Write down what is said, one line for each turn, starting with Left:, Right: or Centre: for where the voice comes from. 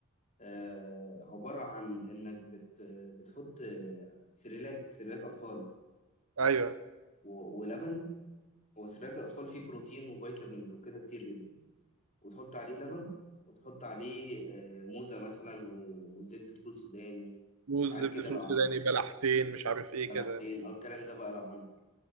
Left: آه، عبارة عن إنك بت بتحط آه، سيريلاك سيريلاك أطفال
Right: أيوه
Left: و- ولبن هو سيريلاك الأطفال فيه بروتين وفيتامينز وكده كتير جدا وتحط عليه لبن وتحط عليه آه، موزة مثلا وزبدة فول سوداني
Right: موز
Left: حاجات
Right: زبدة
Left: كده
Right: فول
Left: لو
Right: سوداني
Left: عندك
Right: بلحتين مش عارف إيه
Left: بلحتين
Right: كده
Left: أو الكلام ده بقى لو عندك